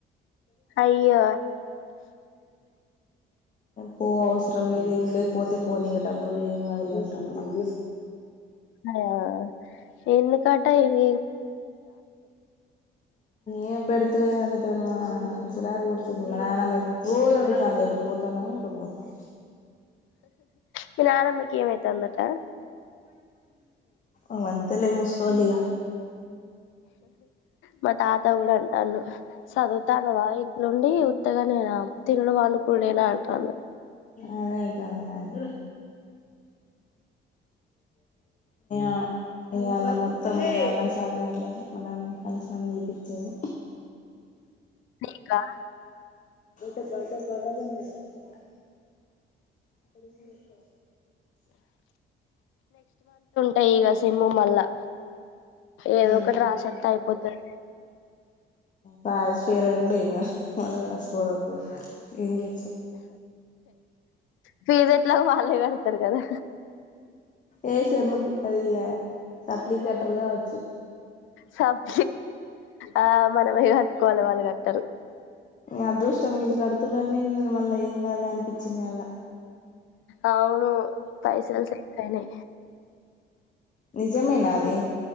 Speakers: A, on the left (about 80°); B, on the left (about 40°).
A: అయ్యో
B: పో ఔసర లేదు ఏం లేదు పోతే పోనీక డబ్బులు ఏం కదులే అంటాను మనం
A: అయ ఎందు కాటాంగ్
B: ఏ బడతురే అంత మా గాడుతుంది మేమ్ ఎప్పుడో ఎడుత అంది ఎప్పుడు పోతానో ఎప్పుడు పోతాం
A: ప ఆనమ్బకిమయితే వందట
B: అవంతలే ముస్లులిగా
A: మా తాత కూడా అంటాను చదువుతానువా ఇంట్లోండి ఉత్తగా నేను తినలో వాళ్ళకులేలా అంట అ
B: అదేయికు అ ఇ ఇ అలా మత్త మా నాన్నకు చధ కాట్లేడు మా నాన్న చాలా స్ంది చేపించింది
A: ఇంకా
B: గడ్ గడ్డ బని కొ అప్పుడు సరుక
A: టయిగా సిమ మళ్ళా ఏదో
B: ఆ
A: ఒకటి రాసత్త అయిపోతుంది
B: ప ఫర్ం కూడా ఇంగ మళ్ళ రసుద పోయి ఎ
A: ఫీజ్ ఎట్లా వాళ్ళే కడతారు కదా
B: ఏ చెమ్ముకి అది సప్లి కటరుగా వచ్చు
A: సబ్ ఆ మనమే కట్టుకోవాలి వాళ్ళు కట్టు
B: అదృష్టం వీళ్ళు కడుతులేనే నేను మళ్ళా ఏం క అనిపించింది అళ్లా
A: అవును పైసలు స న
B: నిజమేనా అది